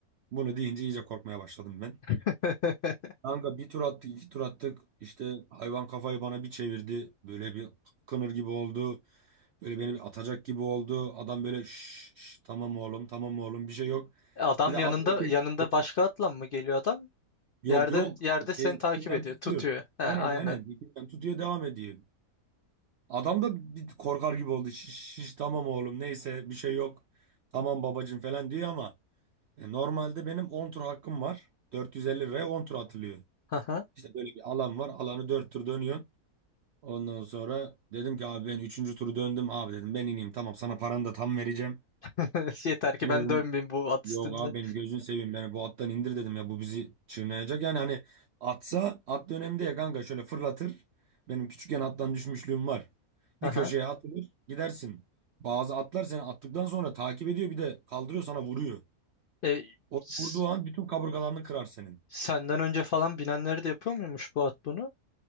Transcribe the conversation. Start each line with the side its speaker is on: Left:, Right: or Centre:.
Right: Bunu deyince iyice korkmaya başladım ben.
Left: <laughs>
Right: Kanka bir tur attık, iki tur attık. İşte hayvan kafayı bana bir çevirdi. Böyle bir kınır gibi oldu. Böyle beni bir atacak gibi oldu. Adam böyle şş, şş, tamam oğlum, tamam oğlum bir şey yok.
Left: Adam
Right: Bir de
Left: yanında
Right: at erkek.
Left: yanında başka atla mı geliyor adam?
Right: Yok
Left: Yerde
Right: yok.
Left: yerde seni
Right: Şey, ipinden
Left: takip ediyor,
Right: tutuyor.
Left: tutuyor. Ha,
Right: Aynen
Left: aynen.
Right: aynen. İpinden tutuyor devam ediyor. Adam da bir korkar gibi oldu. Şiş, şiş tamam oğlum neyse bir şey yok. Tamam babacığım falan diyor ama e, normalde benim 10 tur hakkım var. 450 liraya 10 tur atılıyor.
Left: Aha.
Right: İşte böyle bir alan var. Alanı 4 tur dönüyor. Ondan sonra dedim ki abi ben 3. turu döndüm. Abi dedim ben ineyim tamam sana paranı da tam vereceğim.
Left: <laughs> Yeter ki
Right: Yine
Left: ben
Right: dedim
Left: dönmeyeyim bu at
Right: yok
Left: üstünde.
Right: abi benim gözünü seveyim beni bu attan indir dedim ya bu bizi çiğneyecek. Yani hani atsa at dönemde ya kanka şöyle fırlatır. Benim küçükken attan düşmüşlüğüm var.
Left: Aha.
Right: Bir köşeye atılır gidersin. Bazı atlar seni attıktan sonra takip ediyor bir de kaldırıyor sana vuruyor.
Left: E,
Right: O
Left: s-
Right: vurduğu an bütün kaburgalarını kırar senin.
Left: senden önce falan binenleri de yapıyor muymuş bu at bunu?